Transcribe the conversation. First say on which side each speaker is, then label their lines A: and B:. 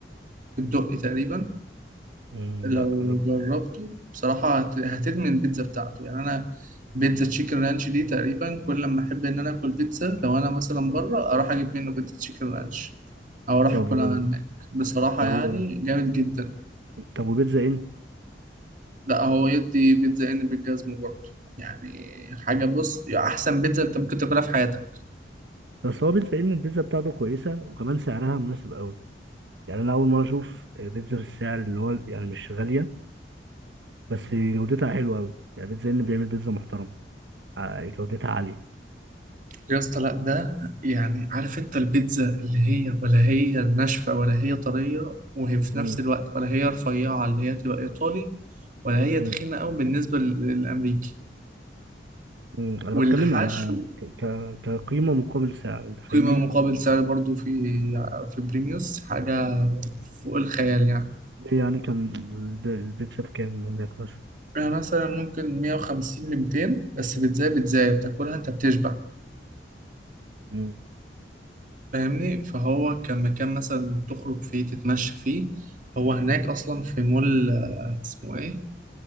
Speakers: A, on the right; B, on the right.
A: في الدقي تقريبا
B: أمم.
A: لو
B: لا انا
A: جربته بصراحة هت- هتدمن البيتزا بتاعته يعني أنا بيتزا تشيكن رانش دي تقريبا كل لما أحب إن أنا آكل بيتزا لو أنا مثلا بره أروح أجيب منه بيتزا تشيكن رانش أو أروح
B: طب
A: أكلها
B: و...
A: هناك بصراحة
B: طب
A: يعني
B: و...
A: جامد جدا
B: طب وبيتزا ان
A: لا هو يدي بيتزا ان بالجزمه برضه يعني حاجه بص يعني احسن بيتزا انت ممكن تاكلها في حياتك
B: بس هو بيتزا إيه؟ ان البيتزا بتاعته كويسه وكمان سعرها مناسب قوي يعني انا اول مره اشوف آه، بيتزا في السعر اللي هو يعني مش غاليه بس جودتها حلوه قوي يعني بيتزا ان بيعمل بيتزا محترمه ع- جودتها عاليه
A: يا اسطى لا ده يعني عارف انت البيتزا اللي هي ولا هي ناشفه ولا هي طريه وهي في
B: امم
A: نفس الوقت ولا هي رفيعه اللي هي تبقى ايطالي ولا هي
B: امم
A: تخينه قوي بالنسبه لل- للامريكي
B: امم انا
A: والحشو
B: بتكلم على ك... ك... كقيمه مقابل سعر انت فاهمني
A: قيمه مقابل سعر برضه في في بريميوس حاجه فوق الخيال يعني
B: ليه يعني كان الب- البيتزا بكام هناك مثلا
A: يعني مثلا ممكن 150 ل 200 بس بيتزا بيتزا بتاكلها انت بتشبع
B: امم
A: فاهمني فهو كان مكان مثلا تخرج فيه تتمشى فيه هو هناك اصلا في مول آه، اسمه ايه